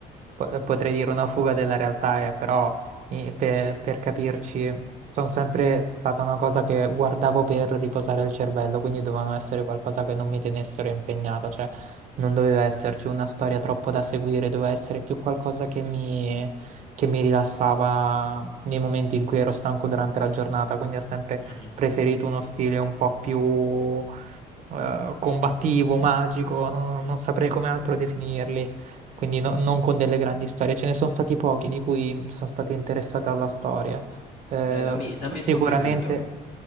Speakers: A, on the right (about 50°); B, on the left (about 45°).
A: po- potrei dire una fuga della realtà, eh, però eh, per, per capirci, sono sempre stata una cosa che guardavo per riposare il cervello, quindi dovevano essere qualcosa che non mi tenessero impegnato, cioè non doveva esserci una storia troppo da seguire, doveva essere più qualcosa che mi, che mi rilassava nei momenti in cui ero stanco durante la giornata, quindi ho sempre
B: Mhm.
A: preferito uno stile un po' più eh, combattivo, magico, no- non saprei come altro definirli, quindi no- non con delle grandi storie. Ce ne sono stati pochi di cui sono stato interessato alla storia. Eh,
B: Dai, dammi, dammi
A: sicuramente
B: il tuo preferito.